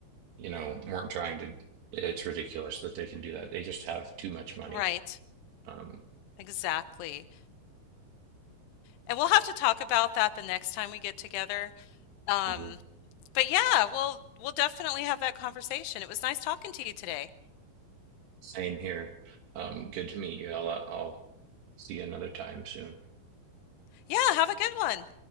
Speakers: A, on the right (about 75°); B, on the left (about 75°).
A: you know, weren't trying to, it's ridiculous that they can do that. They just have too much money.
B: Right.
A: Um,
B: Exactly. And we'll have to talk about that the next time we get together. Um,
A: mhm.
B: but yeah, we'll we'll definitely have that conversation. It was nice talking to you today.
A: Same here. Um, good to meet you, Ella. I'll see you another time soon.
B: Yeah, have a good one.